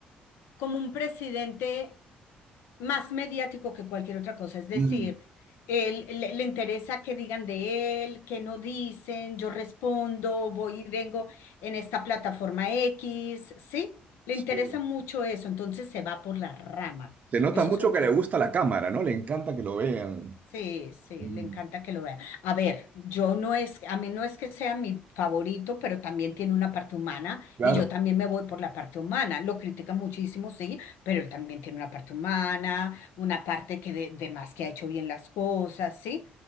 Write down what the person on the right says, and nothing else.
Mm,
sí.
Se nota
mucho
que le gusta la cámara, ¿no? Le encanta que lo vean.
Mm,
claro.